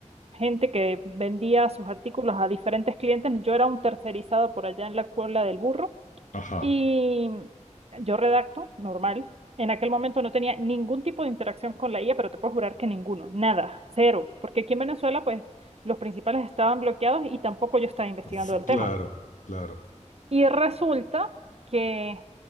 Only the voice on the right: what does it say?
gente que vendía sus artículos a diferentes clientes. Yo era un tercerizado por allá en la Cuebla del Burro
y yo redacto, normal. En aquel momento no tenía ningún tipo de interacción con la IA, pero te puedo jurar que ninguno, nada, cero, porque aquí en Venezuela, pues los principales estaban bloqueados y tampoco yo estaba investigando
el
tema.
Y resulta que